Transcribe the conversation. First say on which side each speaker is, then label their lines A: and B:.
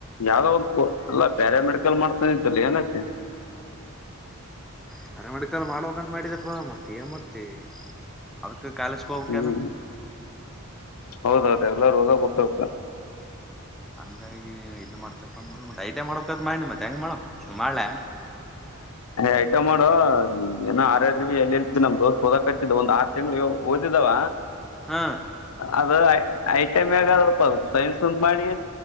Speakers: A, on the left; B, in the centre.
A: ಯಾವುದೋ ಒಂದು ಪ್ಯಾರಾಮೆಡಿಕಲ್ ಮಾಡ್ತೀನಿ ಅಂದಲ್ಲ
B: ಪ್ಯಾರಾ ಮೆಡಿಕಲ್ ಮಾಡ್ಬೇಕು ಮತ್ತೆ ಏನ್ ಮಾಡ್ತೀಯಾ ಅದಕ್ಕೂ ಕಾಲೇಜ್ ಹೋಗ್ಬೇಕಾ
A: ಹ್ಮ್ ಹೌದೌದು ಎಲ್ಲ ರೋಗ ಗೊತ್ತಾಗ್ತ
B: ಹಂಗಾಗಿ ಇಲ್ಲಿ ಮಾಡ್ತಪ್ಪ ಅ ನೋ ಮತ್ತೆ ಐಟಿ ಮಾಡಬೇಕತ್ ಮಾಡಿಿ ಮತ್ತೆ ಹೆಂಗ ಮಾಡಮ್ ಮಾಡಳೆ
A: ಐಟಿಐ ಮಾಡು, ಆರ್‌ಎಬಿ ಇಲ್ಲ ಎಲ್ಲೆಲ್ ಬಿ ಮಾಡುವೆ ಏನು ಓದಿದಾವ
B: ಹಾ
A: ಅದು ಐ ಐಟ ಮೇಘ ಸೈನ್ಸ ಮಾಡ